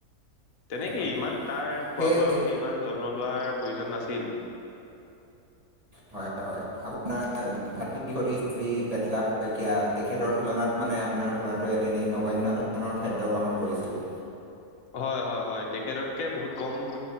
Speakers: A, on the left; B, on the right.
A: তেনেকেই
B: হয়
A: ইমান তাৰ খোৱা
B: সেই
A: বোৱাৰ প্ৰতি ইমান যত্ন লোৱাৰ প্ৰয়োজন নাছিল।
B: হয় হয় আপোনাৰ ভাতৃ সদৃশ যি পেটলা শইকীয়া তেখেতৰ তুলনাত মানে আপোনাৰ ঘোঁৰাটোৱ এ তেনেই নগন্য ধৰণৰ খাদ্য গ্ৰহণ কৰিছিল।
A: হয় হয় হয় তেখেততকে বহুত কম ম